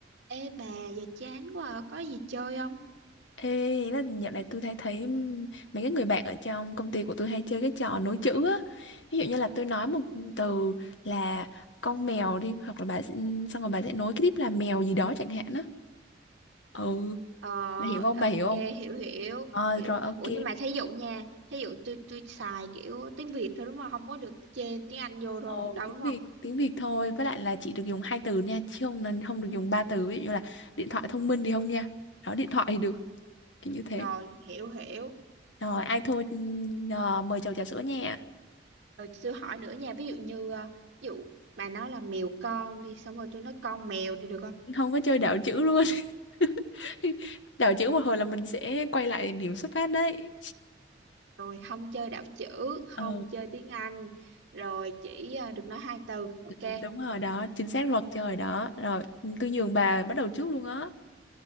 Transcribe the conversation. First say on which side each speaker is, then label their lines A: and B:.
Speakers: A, on the right; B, on the left.
A: Ê bà giờ chán quá à, có gì chơi không?
B: Ê, ý là dạo này tôi thấy thấy ừm, mấy cái người bạn ở trong công ty của tôi hay chơi cái trò nối chữ á. Ví dụ như là tôi nói một từ là con mèo đi hoặc là bà sẽ, xong rồi bà sẽ nối cái tiếp là mèo gì đó chẳng hạn á. Ừ,
A: Ờ
B: bà hiểu không?
A: ờ,
B: Bà
A: ok
B: hiểu không?
A: hiểu hiểu
B: Ờ
A: hiểu.
B: rồi ok.
A: Ủa nhưng mà thí dụ nha, thí dụ tôi tôi xài kiểu tiếng Việt thôi đúng không? Không có được chêm tiếng Anh vô đâu
B: Ờ,
A: đâu
B: tiếng
A: đúng không?
B: Việt tiếng Việt thôi với lại là chỉ được dùng hai từ nha chứ không nên không được dùng ba từ ví dụ như là điện thoại thông minh thì không nha. Đó điện thoại thì được kiểu như thế.
A: Rồi hiểu hiểu.
B: Rồi ai thua ừm, ờ, mời chầu trà sữa nha.
A: Rồi tôi hỏi nữa nha, ví dụ như ờ, ví dụ bà nói là mèo con đi xong rồi tôi nói con mèo thì được không?
B: Không có chơi đảo chữ luôn. <laughs> đảo chữ một hồi là mình sẽ quay lại điểm xuất phát đấy
A: Rồi không chơi đảo chữ, không
B: Ờ,
A: chơi tiếng Anh, rồi chỉ ờ, được nói hai từ. Ok.
B: Ừ, đúng rồi đó chính xác luật trời đó rồi tôi nhường bà bắt đầu trước luôn á